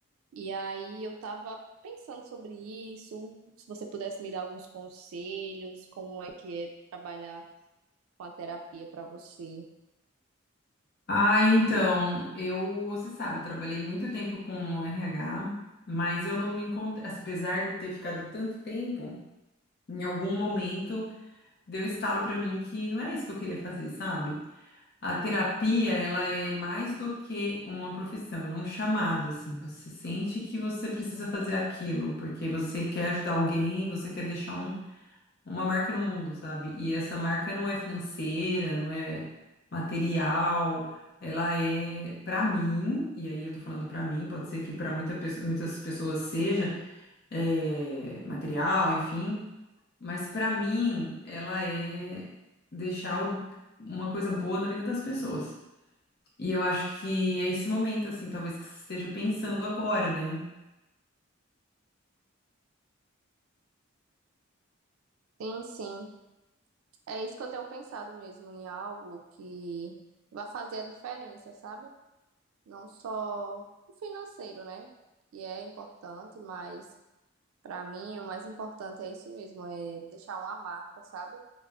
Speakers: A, on the right (about 80°); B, on the left (about 50°).
A: E aí eu tava pensando sobre isso, se você pudesse me dar alguns conselhos, como é que é trabalhar com a terapia para você.
B: Ah, então, eu, você sabe, eu trabalhei muito tempo com RH, mas eu não me encontrei, assim, apesar de ter ficado tanto tempo, em algum momento deu um estalo pra mim que não era isso que eu queria fazer, sabe? A terapia, ela é mais do que uma profissão, ela é um chamado, assim. Você sente que você precisa fazer aquilo, porque você quer ajudar alguém, você quer deixar um- uma marca no mundo, sabe? E essa marca não é financeira, não é material, ela é pra mim, e aí eu tô falando pra mim, pode ser que para muita, pe- muitas pessoas seja é, material, enfim, mas pra mim ela é deixar o- uma coisa boa na vida das pessoas. E eu acho que é esse momento, assim, talvez que você esteja pensando agora, né?
A: Sim, sim. É isso que eu tenho pensado mesmo, em algo que vai fazer a diferença, sabe? Não só o financeiro, né? Que é importante, mas para mim o mais importante é isso mesmo, é deixar uma marca, sabe?